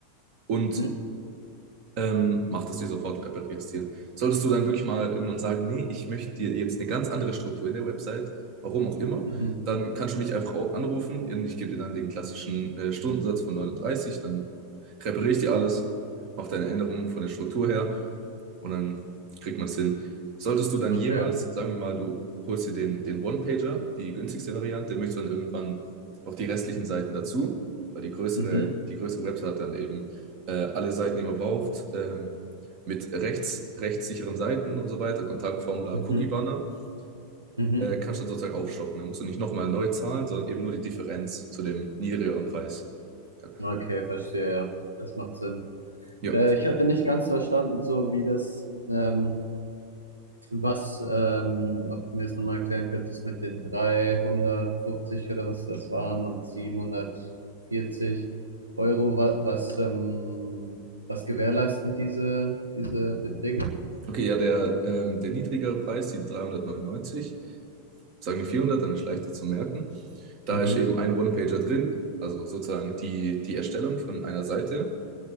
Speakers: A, on the right; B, on the right.
A: Und
B: mhm,
A: ähm, mach das dir sofort, reparierst dir. Solltest du dann wirklich mal irgendwann sagen, nee, ich möchte dir jetzt eine ganz andere Struktur in der Website, warum auch immer,
B: mhm,
A: dann kannst du mich einfach au- anrufen. Ich gebe dir dann den klassischen äh, Stundensatz von 39, dann Präpariere ich dir alles, mach deine Änderungen von der Struktur her und dann kriegt man es hin. Solltest du dann
B: okay,
A: jemals, sagen wir mal, du holst dir den, den One-Pager, die günstigste Variante, möchtest du dann irgendwann noch die restlichen Seiten dazu, weil die größere,
B: mhm,
A: die größere Website hat dann eben äh, alle Seiten, die man braucht, ähm, mit rechts, rechtssicheren Seiten und so weiter, Kontaktformular,
B: mhm,
A: Cookie-Banner,
B: mhm,
A: äh, kannst du dann sozusagen aufstocken. Da musst du nicht nochmal neu zahlen, sondern eben nur die Differenz zu dem niedrigeren Preis. Ja.
B: okay, verstehe, ja, das macht Sinn.
A: Ja.
B: Äh, ich hatte nicht ganz verstanden, so wie das, ähm, Was, ähm, ob du mir das nochmal erklären könntest mit den 350 oder was das waren und 740 Euro, wa was, ähm, was gewährleisten diese, diese Beträge?
A: Okay, ja, der, ähm, der niedrigere Preis, die 399, sagen wir 400, dann ist leichter zu merken. Da
B: Mhm,
A: ist eben ein One-Pager drin, also sozusagen die, die Erstellung von einer Seite,